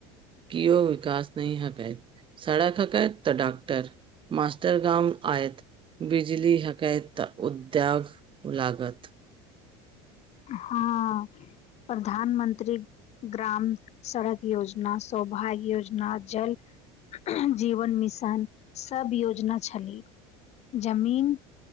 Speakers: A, on the right (about 35°); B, on the left (about 45°).
A: कि ओ विकास नहि हकैत सड़क खकत तऽ डॉक्टर मस्टर गाम आ बिजल हकत उद्योग लागत
B: हँ प्रधानमंत्री ग्राम सड़क योजना सौभाग्य योजना जल जीवन मिशन सब योजना छलै जमीन